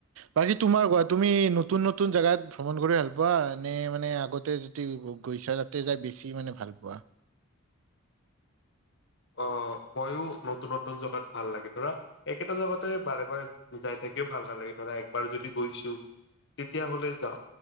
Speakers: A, on the right (about 75°); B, on the left (about 55°).
A: বাকী তোমাৰ কোৱা, তুমি নতুন নতুন জেগাত ভ্ৰমণ কৰি ভাল পোৱা নে মানে আগতে যদি গৈছা তাত তাতে যাই বেছি মানে ভাল পোৱা।
B: অ, মইো নতুন নতুন জেগাত ভাল লাগে ধৰা একেটা জেগাতে বাৰে বাৰে যাই থাকিও ভাল নালাগে ধৰা একবাৰ যদি গৈছো। তেতিয়া হ'লে যাওঁ।